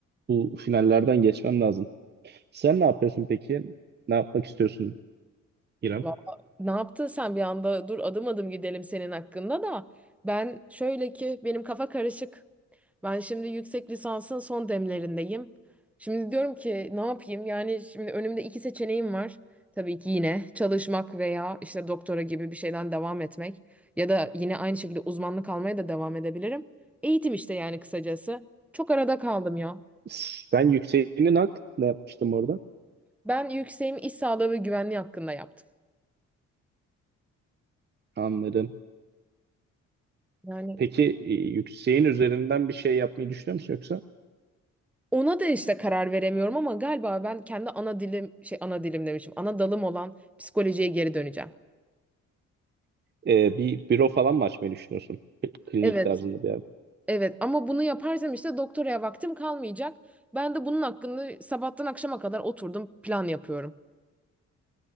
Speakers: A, on the right; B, in the centre.
A: bu finallerden geçmem lazım. Sen ne yapıyorsun peki? Ne yapmak istiyorsun İrem?
B: Valla ne yaptın sen bir anda? Dur adım adım gidelim senin hakkında da. Ben şöyle ki benim kafa karışık. Ben şimdi yüksek lisansın son demlerindeyim. Şimdi diyorum ki ne yapayım? Yani şimdi önümde iki seçeneğim var. Tabii ki yine çalışmak veya işte doktora gibi bir şeyden devam etmek. Ya da yine aynı şekilde uzmanlık almaya da devam edebilirim. Eğitim işte yani kısacası. Çok arada kaldım ya.
A: Sen yükseğinin hak ne yapmıştım orada?
B: Ben yükseğimi iş sağlığı ve güvenliği hakkında yaptım.
A: Anladım.
B: Yani
A: Peki e, yükseğin üzerinden bir şey yapmayı düşünüyor musun yoksa
B: Ona da işte karar veremiyorum ama galiba ben kendi ana dilim şey ana dilim demişim. Ana dalım olan psikolojiye geri döneceğim.
A: e, bir büro falan mı açmayı düşünüyorsun? K- Klinik
B: Evet,
A: tarzında bir yer.
B: evet ama bunu yaparsam işte doktoraya vaktim kalmayacak. Ben de bunun hakkında sabahtan akşama kadar oturdum plan yapıyorum.